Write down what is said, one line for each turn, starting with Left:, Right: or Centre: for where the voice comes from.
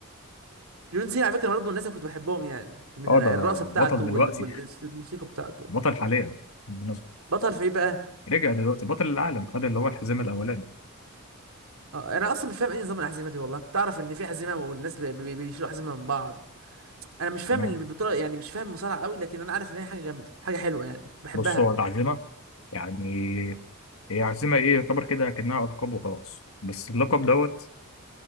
Right: جون سينا على فكره برضه الناس اللي كنت بحبهم يعني من
Left: اه ده
Right: الرقصه بتاعته
Left: بطل
Right: وال-
Left: دلوقتي
Right: والموسيقى بتاعته
Left: بطل حاليا بالمناسبة
Right: بطل في ايه بقى
Left: رجع دلوقتي بطل العالم خد اللي هو الحزام الأولاني
Right: آه، انا اصلا مش فاهم ايه نظام العزيمه دي والله كنت اعرف ان في عزيمه والناس بي- بي- بيشيلوا عزيمه من بعض انا مش فاهم
Left: تمام
Right: البطوله يعني مش فاهم مصارعه قوي لكن انا عارف ان هي حاجه جامده حاجه حلوه يعني بحبها
Left: بص هو العزيمة يعني هي عازمة ايه يعتبر كده كأنها ألقاب وخلاص بس اللقب دوت